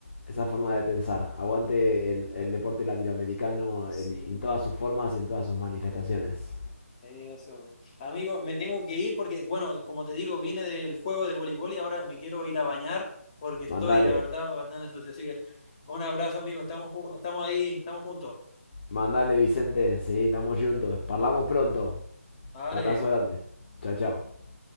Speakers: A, on the left; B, on the left.
A: esa forma de pensar. Aguante el, el deporte latinoamericano en,
B: Sí,
A: en todas sus formas y en todas sus manifestaciones.
B: eso. Amigo, me tengo que ir porque, bueno, como te digo, vine del juego de voleibol y ahora me quiero ir a bañar porque estoy,
A: Mandale,
B: la verdad, bastante sucio. Así que un abrazo, amigo. Estamos, ju- estamos ahí, estamos juntos.
A: mandale Vicente, sí, estamos juntos. Parlamos pronto.
B: Vale.
A: Abrazo grande. Chao, chao.